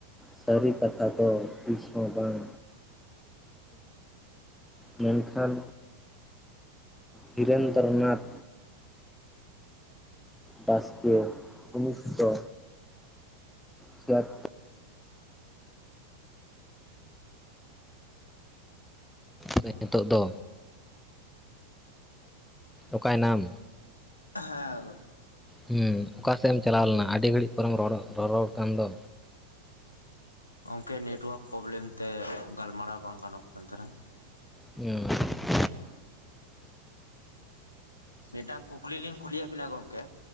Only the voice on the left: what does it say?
ᱦᱮᱸ
ᱚᱱᱠᱮ ᱱᱮᱴᱣᱟᱨᱠ ᱯᱨᱚᱵᱞᱮᱢ ᱛᱮ ᱜᱟᱞᱢᱟᱨᱟᱣ ᱵᱟᱝ ᱜᱟᱱᱚᱜ ᱠᱟᱱ ᱛᱟᱦᱮᱸᱱᱟ
ᱢᱤᱫᱴᱟᱝ ᱠᱩᱠᱞᱤ ᱞᱤᱧ ᱠᱩᱞᱤᱭᱮᱫ ᱵᱮᱱᱟ ᱜᱚᱝᱠᱮ